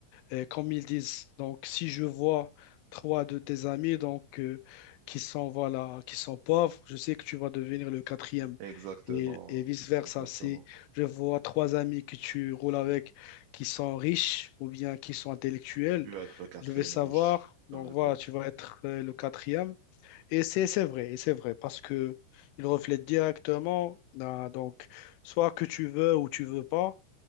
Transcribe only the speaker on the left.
euh, comme ils disent. Donc, si je vois trois de tes amis donc, euh, qui sont, voilà, qui sont pauvres, je sais que tu vas devenir le quatrième.
Et, et vice-versa,
si je vois trois amis que tu roules avec qui sont riches ou bien qui sont intellectuels,
je vais savoir,
donc
voilà,
tu vas être euh, le quatrième. Et c'est c'est vrai, et c'est vrai, parce que il reflète directement, ah, donc, soit que tu veux ou tu veux pas,